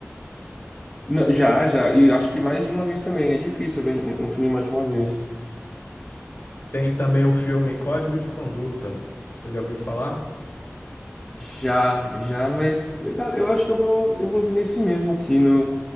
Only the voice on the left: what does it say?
Tem também o filme Código de Conduta. Você já ouviu falar?